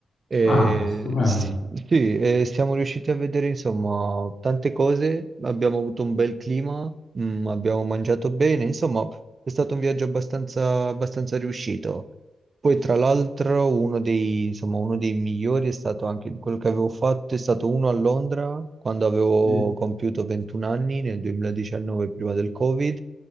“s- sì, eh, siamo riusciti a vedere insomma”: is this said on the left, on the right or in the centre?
Right